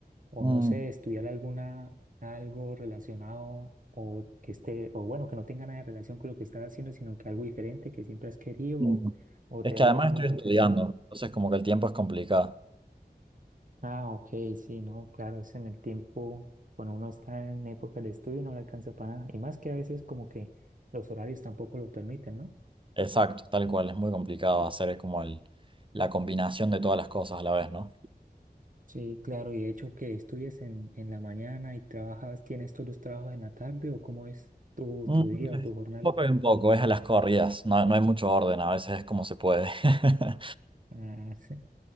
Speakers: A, on the right (about 55°); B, on the right (about 30°).
A: o
B: Mm,
A: no sé, estudiar alguna, algo relacionado o que esté, o bueno, que no tenga nada de relación con lo que estás haciendo, sino que algo diferente que siempre has querido
B: mm.
A: o, o
B: Es
A: te
B: que
A: ha
B: además
A: llamado
B: estoy
A: la
B: estudiando,
A: atención.
B: entonces como que el tiempo es complicado.
A: Ah, ok, sí, no, claro, es en el tiempo, cuando uno está en época de estudio no le alcanza para nada, y más que a veces como que los horarios tampoco lo permiten, ¿no?
B: Exacto, tal cual, es muy complicado hacer como el, la combinación de todas las cosas a la vez, ¿no?
A: Sí, claro, y de hecho que estudias en, en la mañana y trabajas, ¿tienes todos los trabajos en la tarde o cómo es tu,
B: Mm,
A: tu
B: Un
A: día o tu jornal?
B: poco y un poco, es a las corridas, no, no hay mucho orden, a veces es como se puede. <laughs>
A: ah <laughs>